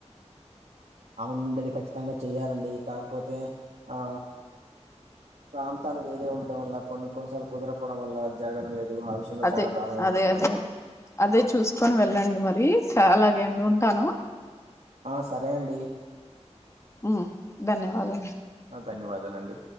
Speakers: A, on the right (about 70°); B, on the left (about 25°).
A: అవునండి ఖచ్చితంగా చెయాలండి కాకపోతే ఆ ప్రాంతాలు వేరే ఉండటడం వల్ల కొన్ని కొన్నిసార్లు కుదరపోవడం వల్ల జరగడం లేదు. ఆ విషయంలో
B: అదే
A: చాలా బాధగా
B: అదే
A: ఉంది నాకు
B: అదే అదే అదే చూసుకొని వెళ్ళండి మరి స అలాగే అండి ఉంటాను.
A: ఆ సరే అండి
B: ఉ ధన్యవాదం
A: అ ధన్యవాదాల అండి